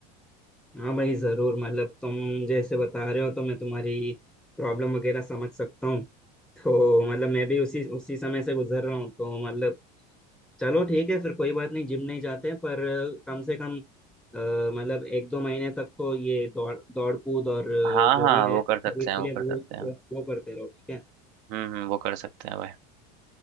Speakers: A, in the centre; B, on the right.
A: हाँ भाई जरूर मतलब तुम जैसे बता रहे हो तो मैं तुम्हारी प्रॉब्लम वगैरह समझ सकता हूँ तो मतलब मैं भी उसी उसी समय से गुजर रहा हूँ तो मतलब चलो ठीक है फिर कोई बात नहीं जिम नहीं जाते पर कम से कम अ, मतलब एक दो महीने तक तो ये दौड़ दौड़ कूद और अ,
B: हाँ
A: जो
B: हाँ
A: भी है
B: वो
A: शरीर
B: कर सकते हैं
A: के
B: वो
A: लिए
B: कर सकते
A: वो
B: हैं
A: वो वो करते रहो ठीक है
B: हम्म हम्म वो कर सकते हैं भाई